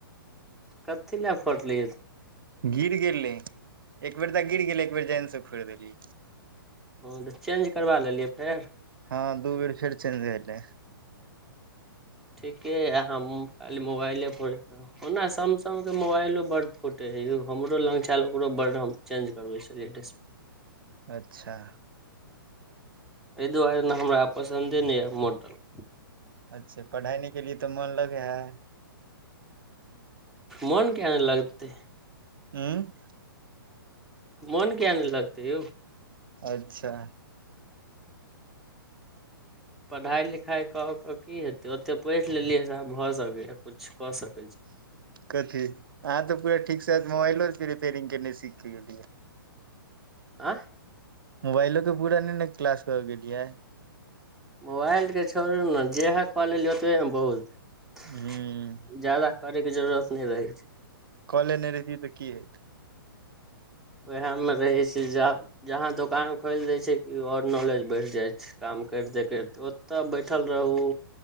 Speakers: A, in the centre; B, on the right (about 65°).
A: कथी ला फोरड़ि
B: गिर गेलय एक बेर तऽ गिर गेलै एक बेर जायन से फोड़ देलीयै।
A: ओ तऽ चेंज करबा लेलियै फेर?
B: हँ दू बेर फेर चेन्ज भेलै।
A: ठीके या हम खाली मोबाइल फेर ओना स अहुँ के मोबाइलो बड फोटे हय हमर लग छल ओकर बड हम चेज करबै छलिये दिशप्लय
B: अच्छा
A: एहि दुआरे ने हमरा पसन्दे नहि यऽ मोडल।
B: अच्छा पढ़ाइ नहि केलियै तऽ मोन लगै है?
A: मोन किया नहि लगतै।
B: हँ
A: मोन किया नहि लगतै यौ।
B: अच्छा
A: पढ़ाई लिखाई क के की हेतै ओते पोढ़ि लेलियै से आब भऽ सकैए कुछ कऽ सकै
B: कथी अहाँ तऽ पूरा ठीकसँ मोबाइलो रिपेयरिंग के नहि सीख के गेलियै।
A: आँ
B: मोबाइलो के पूरा न ने क्लास क गेलियय।
A: मोबाइलके छोड़ू ने जेहै कैलेलिया ओतबहि ने बहुत
B: ह
A: ज्यादा करैके जरूरत नहि रहै छैय।
B: कलेने रहितियै तऽ की हेतै।
A: वहै में रहे छैय ज जहां दुकान खोल देय छैय कि और नॉलेज बढ़ जाय छैय। काम करिते करिते ओतऽ बैठल रहू